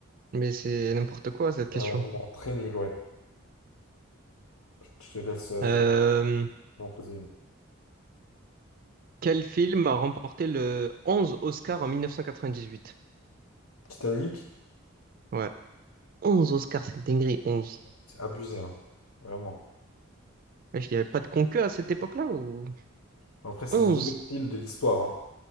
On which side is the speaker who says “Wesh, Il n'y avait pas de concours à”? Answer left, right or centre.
Right